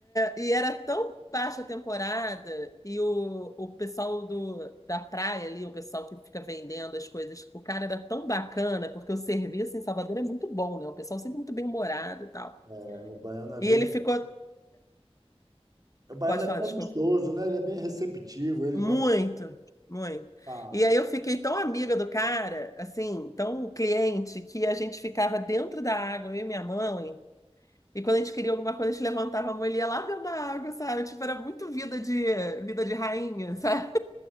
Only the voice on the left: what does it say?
E era tão baixa a temporada, e o, o pessoal do, da praia ali, o pessoal que fica vendendo as coisas, o cara era tão bacana, porque o serviço em Salvador é muito bom, né? O pessoal sempre muito bem-humorado e tal.
E
ele ficou,
pode
falar,
desculpa,
muito,
muito.
E aí eu fiquei tão amiga do cara, assim, tão cliente, que a gente ficava dentro da água, eu e minha mãe. E quando a gente queria alguma coisa, a gente levantava a mão e ele ia lá dentro da água, sabe? Tipo, era muito vida de vida de rainha, <laughs> sabe?